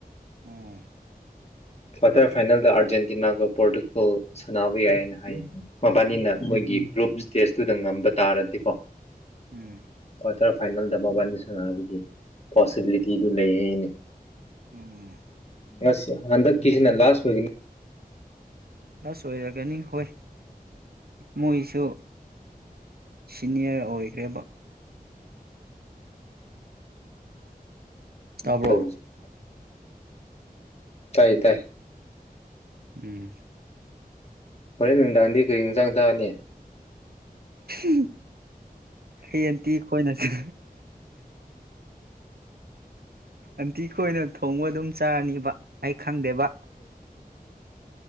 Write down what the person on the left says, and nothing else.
ꯀ꯭ꯋꯥꯇꯔ ꯐꯥꯏꯅꯦꯜꯗ ꯑꯥꯔꯖꯦꯟꯇꯤꯅꯥꯒ ꯄꯣꯔꯇꯨꯒꯜ ꯁꯥꯟꯅꯕ ꯌꯥꯏ ꯍꯥꯏꯅ ꯍꯥꯏ ꯃꯕꯥꯅꯤꯅ
ꯃꯣꯏꯒꯤ ꯒ꯭ꯔꯨꯞ ꯀꯦꯁꯇꯨꯗ ꯉꯝꯕ ꯇꯥꯔꯗꯤꯀꯣ
ꯀ꯭ꯋꯥꯇꯔ ꯐꯥꯏꯅꯦꯜꯗ ꯃꯕꯥꯅꯤ ꯁꯥꯟꯅꯕꯒꯤ ꯄꯣꯁꯤꯕꯤꯂꯤꯇꯤꯗꯨ ꯂꯩ ꯑꯩꯅꯦ
ꯑꯁ ꯍꯟꯗ ꯀꯁꯤꯅ ꯂꯥꯁ ꯑꯣꯏꯒꯅꯤ
ꯇꯧꯁꯦ ꯇꯥꯏ ꯇꯥꯏ
ꯍꯣꯔꯦꯟ ꯅꯨꯡꯗꯥꯡꯗꯤ ꯀꯔꯤ ꯅꯨꯡꯁꯥꯡ ꯊꯥꯅꯤ